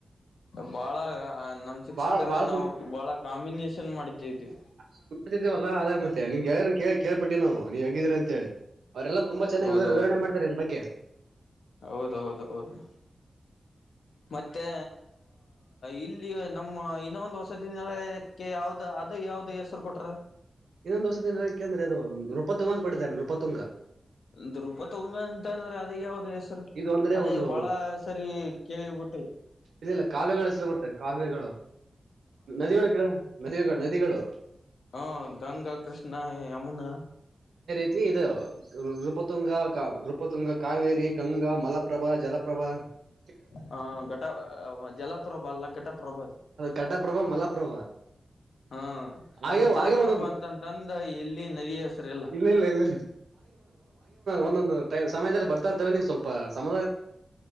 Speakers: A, on the left (about 85°); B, on the right (about 90°).
A: ಬಾಳ ನಮ ಶಿಕ್ಷಕರ
B: ಬಾಳ ಬಾಳ
A: ನಾವು ಬಾಳ ಕಾಂಬಿನೇೇಶನ್ ಮಾಡಿದ್ದೇವಿ.
B: ಅಲ್ಲ ನಾ ನೋಡ್ತಿದ್ದೇವಲ್ಲ ಅದೇ ಮತ್ತೆ ನಿಮ್ಗೆಾರ ಕೇಳ ಕೇಳ್ಿಟ್ಟಿ ನಾವು ನೀವು ಹೇಿದೀ್ರ. ಅೇಳಿ ಅವರೆಲ್ಲ ತುಂಬಾ ಚೆನ್ನಾಗಿ
A: ಹೌದೌದು
B: ವಿವರಣೆ ಮಾಡ್ತಾರೆ ಇದನ್ನ ಬಗ್ಗೆ.
A: ಹೌದೌದು ಹೌದು. ಮತ್ತೆ ಇಲ್ಲಿ ನಮ್ಮ ಇನ್ನೊ ಒಂದು ವಸತಿ ನಿಲಯಕ್ಕೆ ಯಾವ್ದ ಅದು. ಯಾವ್ದ ಹೆಸ್ರು ಕೊಟ್ರ.
B: ಇನ್ನೊಂದ್ಸ ದಿನಕ್ಕೆ ಅಂದ್ರೆ ಅದು ರೂಪ ತುಂಗ ಅಂತ ಬಿಟ್ಟಾರೆ ರೂಪ ತುಂಗ.
A: ಒ್ ರೂಪ ತಗಂಗ ಅಂತ ಅಂದ್ರೆ ಅದ ಯಾವವು್ದ. ಸರ್
B: ಇದು ಅಂದ್ರೆ
A: ಅದೇ
B: ಒಂದು
A: ಬಾಳ ಸರಿ ಕೇಳಿಬಿಟ್ಟೆ.
B: ಇಲ್ಲಿಲ್ಲ ಕಾಲುವೆಗಳು ಹೆಸರು ಬರ್ತದೆ ಕಾಲುವೆಗಳು. ನದಿಗಳು ಕ ನದಿ ನದಿಗಳು.
A: ಹಾ ಗಂಗಾ ಕೃಷ್ಣ ಯಮುನಾ.
B: ಇ ಇದು ನೃಪತುಂಗ ನೃಪತುಂಗ ಕಾವೇರಿ ಗಂಗಾ ಮಲಪ್ರಭಾ ಜಲ. <unintelligible>
A: ಹ ಘಟ ಜಲಪ್ರಭ ಅಲ್ಲ ಘಟಪ್ರಭ ಅದು.
B: ಘಟ ಪ್ರಭ ಮಲಪ್ರಭ.
A: ಹಾ.
B: ಹಾಗೆ
A: ಅದು ಜಲಪ್ರಭಾ
B: ಆೆ ಒಂದ
A: ಅಂತಂತಂದ ಎಲ್ಲಿ ನದಿ ಹೆಸರು
B: ಇಲ್ಲ ಇಲ್ಲ ಇಲ್ಲ. ಒಂದೊಂದು ಸಮಯದಲ್ಲಿ ಬರ್ತಾರ್ತೇವೆ ನೀವು ಸ್ವಲ್ಪ ಸಮ.